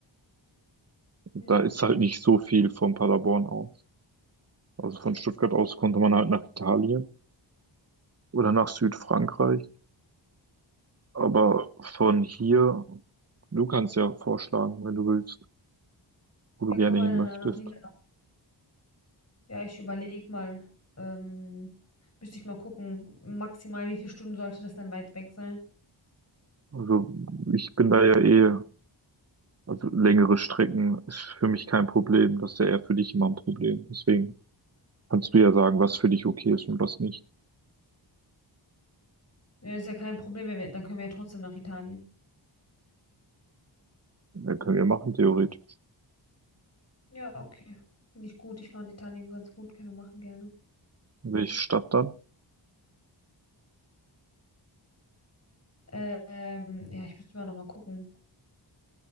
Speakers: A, on the left; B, on the right.
A: Ja,
B: Da ist
A: okay.
B: halt nicht so viel von Paderborn aus. Also von Stuttgart aus konnte man halt nach Italien oder nach Südfrankreich. Aber von hier, du kannst ja vorschlagen, wenn du willst, wo
A: Ja,
B: du gerne
A: kann man
B: hin möchtest.
A: dann nach Niedersachsen. Ja, ich überlege mal, ähm, müsste ich mal gucken, maximal wie viele Stunden sollte das dann weit weg sein?
B: Also ich bin da ja eh, also längere Strecken ist für mich kein Problem. Das ist ja eher für dich immer ein Problem. Deswegen kannst du ja sagen, was für dich okay ist und was nicht.
A: Ja, ist ja kein Problem, wenn wir, dann können wir ja trotzdem nach Italien.
B: Ja, können wir machen, theoretisch.
A: Ja, okay. Finde ich gut. Ich fand Italien ganz gut. Können wir machen gerne.
B: Welche Stadt dann?
A: Äh, Ähm, ja, ich müsste mal nochmal gucken.